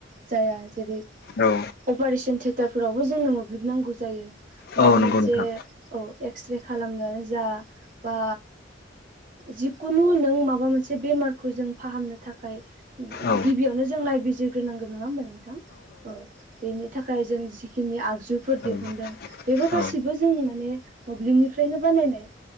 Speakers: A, on the right; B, on the left.
A: जाया जेरै
B: औ
A: अपारेशन थ्रेट टारफोरावबो जोंनो मोब्लिब नांगौ जायो। माबा
B: औ नंगौ
A: मोनसे
B: नोंथां
A: औ एक्सरे खालाम नायानो जा। बा जि खुनु नों माबा मोनसे बेमारखौ जों फाहामनो थाख खायो
B: औ
A: गिबियावनो जों नायबिजिर ग्रोनांगोन नङा हमबाय नो थां औ बेनि थाखाय जों जि खिनि आग जुफोर
B: औ
A: दिहुुनदों बेबो गासैबो
B: औ
A: जों माने मोब्लिबनिफ्रायनो बानायनाय